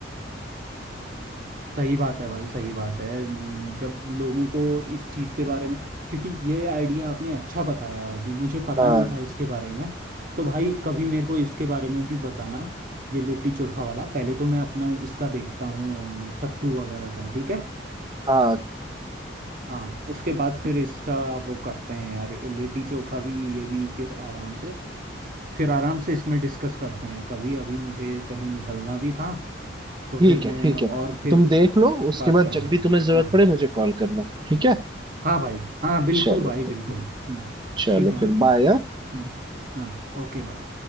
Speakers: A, on the right (about 45°); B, on the right (about 25°).
A: सही बात है भाई सही बात है हम्म, जब लोगों को इस चीज़ के बारे में क्योंकि ये आइडिया आपने अच्छा बताया अभी मुझे पता
B: हाँ
A: नहीं था इसके बारे में तो भाई कभी मेरे को इसके बारे में भी बताना ये लिट्टी चोखा वाला पहले तो मैं अपना इसका देखता हूँ अ, सत्तू वगैरह का ठीक है
B: हाँ
A: हाँ उसके बाद फिर इसका वो करते हैं यार ये लिट्टी चोखा भी ये भी फिर आराम से फिर आराम से इसमें डिस्कस करते हैं कभी अभी मुझे कहीं निकलना भी था तो
B: ठीक
A: फिर
B: है
A: मैं
B: ठीक
A: और
B: है
A: फिर
B: तुम देख लो उसके
A: बात
B: बाद
A: करूँगा
B: जब भी तुम्हें जरूरत
A: हाँ
B: पड़े मुझे कॉल करना ठीक है
A: हाँ भाई हाँ बिल्कुल
B: चलो
A: भाई
B: फिर।
A: बिल्कुल हम्म
B: चलो
A: ठीक है हाँ
B: फिर बाय
A: हम्म, हाँ ओके बाय